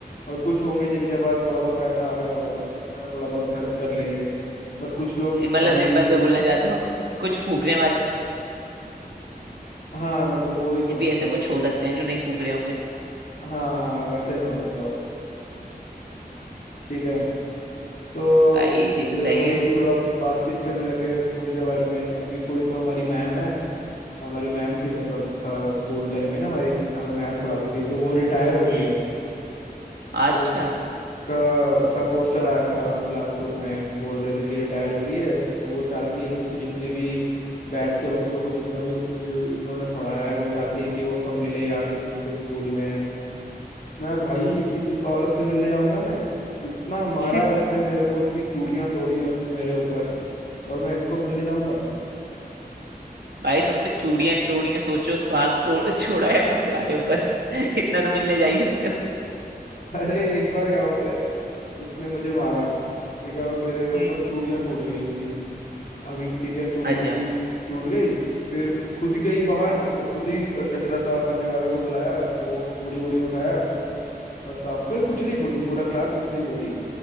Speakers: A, on the left; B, on the right.
A: और कुछ होंगे जिनके पास थोड़ा बहुत पैसा आ गया होगा है ना, थोड़ा बहुत खर्च कर लेंगे बट कुछ लोग
B: ये मतलब
A: अभी
B: सिंपल
A: भी
B: से बोलना चाहते हो कुछ फूकने वाले
A: हाँ मतलब वही समझ
B: भी ऐसे
A: जाओ
B: कुछ
A: मतलब
B: हो सकते हैं जो नहीं फूक रहे होंगे
A: हाँ हाँ वैसा ही समझ जाओ ठीक है तो
B: भाई ये
A: फिर
B: तो सही
A: वही
B: है
A: थोड़ा बातचीत करने लग गए स्कूल के बारे में अभी कोई तो हमारी मैम है हमारी मैम थी मतलब अ, स्कूल टाइम में ना हमारी हमें मैथ्स पढ़ाती थी तो वो रिटायर हो रही
B: हम्म
A: है
B: अच्छा
A: तो का उसका पोस्टर आया था क्लास ग्रुप में बोल रहे थे कि रिटायर हो रही है तो वो चाहती है कि उसके जितने भी बैच के बच्चों को जितना भी, भी उन्होंने पढ़ाया है वो चाहती है कि वो सब मिले आके उनसे स्कूल में मैं भाई इ- इस औरत से मिलने जाऊंगा मैं इतना मारा
B: <laughs>
A: है उसने मेरे को इतनी चूड़ियां तोड़ी हैं उसने मेरे ऊपर और मैं इसको मिलने जाऊंगा
B: भाई तुम पे चूड़ियां तोड़ियां सोचो सुहाग तोड़ छोड़ा है अब तुम्हारे ऊपर <laughs> इतना तो मिलने जा ही सकते हो
A: <laughs> अरे एक बार क्या हुआ पता है उसने मुझे मारा ठीक है और मेरे ऊपर
B: हम्म
A: चूड़ियां टूट गई उसकी अगली ठीक है चूड़ी
B: अच्छा
A: टूटी टूट गई फिर खुद गई बाहर और खुद ही कचरा साफ करने वाले को बुलाया वो चूड़ी वूड़ी उठाया और साफ फिर कुछ नहीं बोली पूरा क्लास कुछ नहीं बोली